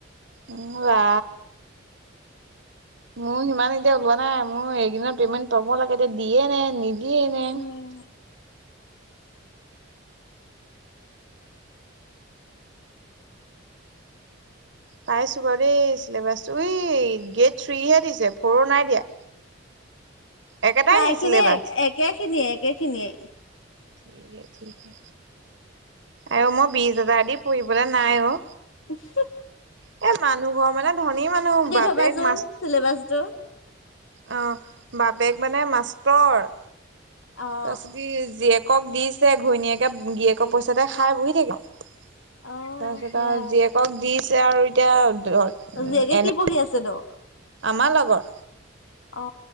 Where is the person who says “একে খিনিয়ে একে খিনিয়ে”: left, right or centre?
Left